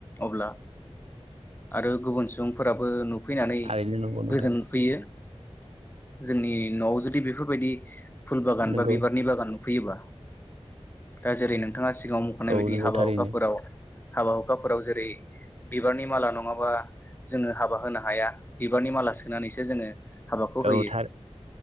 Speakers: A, on the left; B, on the right.
A: अब्ला आरो गुबुन सुबुंफोराबो नु फैनानै
B: थारैनो नंगौ नोंथां
A: गोजोन यो जोंनि न'आव जुदि बेफोरबायदि फुल बागान
B: नंगौ
A: बा बिबारनि बागान नुफैयोबा दा जेरै- नोंथाङा सिगाङाव मख'नाय
B: औ
A: बायदि
B: नंगौ
A: हाबा
B: थारैनो
A: हुखाफोराव हाबा हुखाफोराव जेरै- बिबारनि माला नङाबा जोङो हाबा होनो हाया बिबारनि माला सो नानैसो जोङो हाबाखौ होयो
B: औ थार